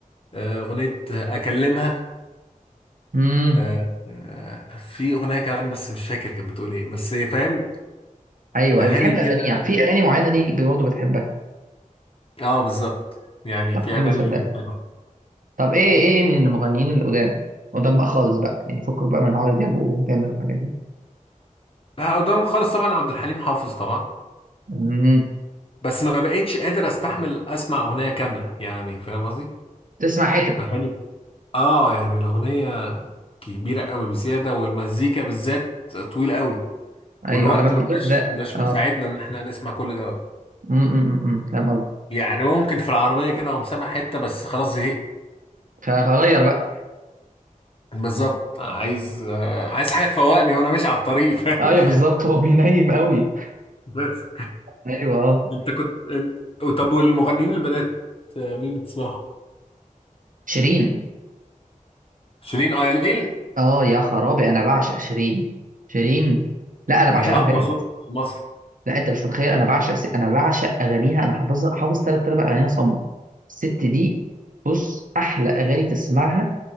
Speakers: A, on the left; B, on the right.
A: آه، اغنيه اكلمها
B: امم
A: آه، آه، في اغنيه كمان بس مش فاكر كانت بتقول ايه بس فاهم
B: ايوه
A: اغاني
B: أيوة، بتحب
A: كده
B: اغانيه في اغاني معينه ليك برضه بتحبها
A: اه بالظبط يعني
B: طب
A: في
B: حلو
A: اغاني
B: صدقني
A: حلوه
B: طب ايه ايه من المغنيين القدام قدام بقى خالص بقى يعني فكك بقى من عمرو دياب وتامر والحاجات دي
A: لا قدام خالص طبعا عبد الحليم حافظ طبعا
B: امم
A: بس ما بقيتش قادر استحمل اسمع اغنيه كامله يعني فاهم قصدي
B: تسمع حتت
A: اغاني اه يعني الاغنيه كبيره قوي بزياده والمزيكا بالذات طويله قوي
B: ايوه
A: والوقت
B: على ما
A: ما
B: بيبدا
A: بقاش مش
B: اه
A: مساعدنا ان احنا نسمع كل ده
B: امم أمم، أمم، فاهم قصدك.
A: يعني ممكن في العربيه كده اقوم سامع حته بس خلاص زهقت
B: ف- فغير بقى
A: بالظبط عايز آه، عايز حاجه تفوقني وانا ماشي على الطريق فاهم
B: ايوه بالظبط هو بينيم قوي
A: <laughs> بس
B: ايوه اه
A: انت كنت إن- طب والمغنيين البنات آه، مين بتسمعهم
B: شيرين
A: شيرين اياليل
B: اه يا خرابي انا بعشق شيرين شيرين لا انا بعشقها
A: هي اقوى
B: بجد
A: صوت في مصر
B: لا انت مش متخيل انا بعشق س... انا بعشق اغانيها انا حافظها حافظ ثلاث ارباع اغانيها صم الست دي بص احلى اغاني تسمعها